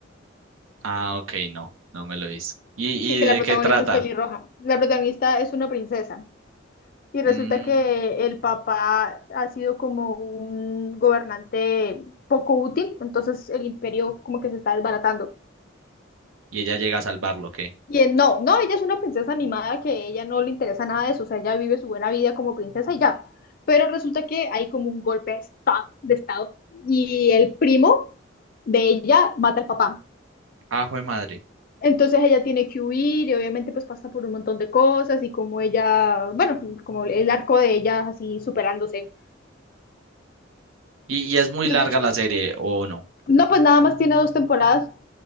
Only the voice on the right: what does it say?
Ah, ok, no, no me lo he visto. ¿Y,
y
de
qué trata?
Mm,
y ella llega a salvarlo, ¿qué?
Ah, jue madre.
¿Y, y es muy
larga
la serie o no?